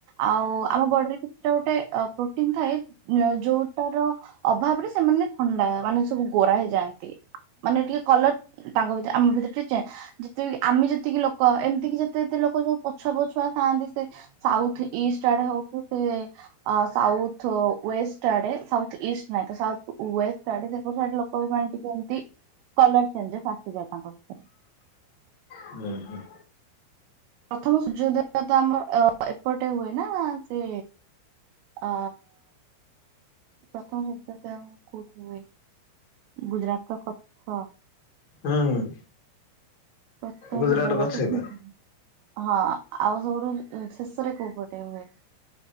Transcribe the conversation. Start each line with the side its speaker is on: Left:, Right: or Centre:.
Right: ଆଉ ଆମ ବଡିରେ କିଛିଟା ଗୋଟେ ପ୍ରୋଟିନ ଥାଏ ଯୋଉଟାର ଅଭାବରେ ସେମାନେ ଥଣ୍ଡା ମାନେ ସବୁ ଗୋରା ହେଇଯାଆନ୍ତି ମାନେ ଟିକେ କଲର ତାଙ୍କ ଭିତରେ ଆମ ଭିତରେ ଟିକେ ଯେ ଯେତେବେଳେ କି ଆମେ ଯେତିକି ଲୋକ ଏମିତିକି ଯେତେ ଯେତେ ଲୋକ ସବୁ ପଛୁଆ ପଛୁଆ ଥାଆନ୍ତି ସେ ସାଉଥ ଇଷ୍ଟ ଆଡେ ହଉ ସେ ଆ ସାଉଥ ୱେଷ୍ଟ ଆଡେ ସାଉଥ ଇଷ୍ଟ ନାହି ତ ସାଉଥ ୱେଷ୍ଟଆଡେ ସେପଡ ସାଇଡ ଲୋକ ପାଇଁ ଟିକେ ଏମତି କଲର ଚେଞ୍ଜ <unintelligible> ଯାଏ ତାଙ୍କ ଭିତରେ।
Left: ହୁଁ ହୁଁ।
Right: ପ୍ରଥମ ସୂର୍ଯ୍ୟୋଦୟ ତ ଆମର ଏପଟେ ହୁଏ ନା ସେ ଆ ପ୍ରଥମ ସୂର୍ଯ୍ୟୋଦୟ କୋଉଠି ହୁଏ। ଗୁଜୁରାଟର କଚ୍ଛ।
Left: ହୁଁ ହୁଁ।
Right: ପ୍ରଥମ
Left: ଗୁଜୁରାଟ
Right: ସୂର୍ଯ୍ୟୋଦୟ
Left: ଗଛ
Right: ସେଠି
Left: ଏକା।
Right: ହୁଏ। ହଁ ଆଉ ସବୁଠୁ ଶେଷରେ କୋଉ ପଟେ ହୁଏ?